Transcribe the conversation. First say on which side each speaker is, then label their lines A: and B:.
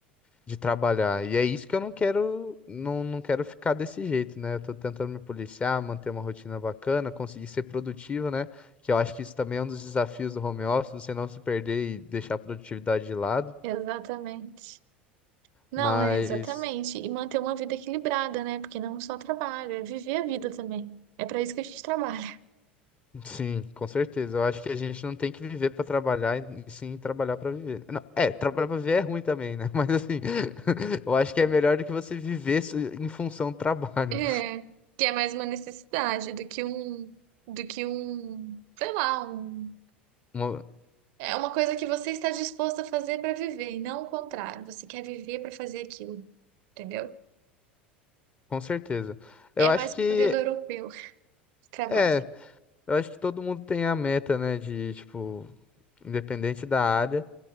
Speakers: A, on the left; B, on the right.
A: de trabalhar. E é isso que eu não quero, não, não quero ficar desse jeito, né? Eu tô tentando me policiar, manter uma rotina bacana, conseguir ser produtivo, né? Que eu acho que isso também é um dos desafios do home office, você não se perder e deixar a produtividade de lado.
B: Exatamente. Não,
A: Mas
B: é exatamente. E manter uma vida equilibrada, né? Porque não só trabalho, é viver a vida também. É para isso que a gente trabalha.
A: Sim, com certeza. Eu acho que a gente não tem que viver pra trabalhar e sim trabalhar pra viver. Não, é, trabalhar pra viver é ruim também, né? <laughs> Mas assim, <laughs> eu acho que é melhor do que você viver se- em função do trabalho.
B: É, que é mais uma necessidade do que um, do que um, sei lá, um,
A: Uma-
B: é uma coisa que você está disposto a fazer para viver e não o contrário. Você quer viver para fazer aquilo, entendeu?
A: Com certeza. Eu
B: É
A: acho
B: mais
A: que
B: um modelo europeu de trabalho.
A: é, eu acho que todo mundo tem a meta, né, de tipo, independente da área,